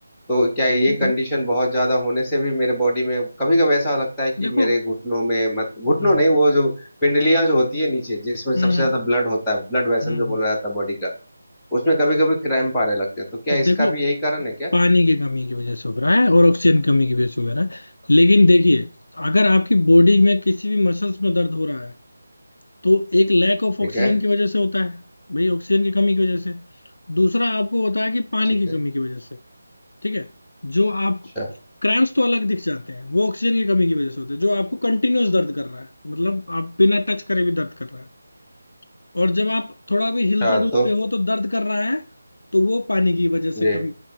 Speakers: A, in the centre; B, on the left (about 55°).
A: तो क्या ये
B: ठीक
A: कंडीशन
B: है
A: बहुत ज्यादा होने से भी मेरे बॉडी में कभी कभी ऐसा लगता है कि
B: देखो
A: मेरे घुटनों में मत घुटनों
B: हम्म
A: नहीं वो जो पिंडलियां जो होती है नीचे जिसमें सबसे
B: हम्म
A: ज्यादा ब्लड होता है ब्लड वेसल
B: हम्म
A: जो
B: हम्म।
A: बोला जाता है बॉडी का उसमें कभी कभी क्रैम्प आने लगते हैं तो क्या
B: देखो
A: इसका भी यही कारण है क्या
B: पानी की कमी की वजह से हो रहा है और ऑक्सीजन कमी की वजह से हो रहा है लेकिन देखिए अगर आपकी बॉडी में किसी भी मसल्स में दर्द हो रहा है तो एक लैक ऑफ ऑक्सीजन
A: ठीक है
B: की वजह से होता है भाई ऑक्सीजन की कमी की वजह से दूसरा आपको होता है कि पानी
A: ठीक
B: की
A: है
B: कमी की वजह से ठीक है जो आप
A: अच्छा
B: क्रैम्स तो अलग दिख जाते हैं वो ऑक्सीजन की कमी की वजह से होते हैं जो आपको कंटिन्यूअस दर्द कर रहा है मतलब आप बिना टच करे भी दर्द कर रहा है और जब आप थोड़ा भी हिलते
A: हाँ
B: डुलते
A: तो
B: हो तो दर्द कर रहा है तो वो पानी की वजह से
A: ये
B: कम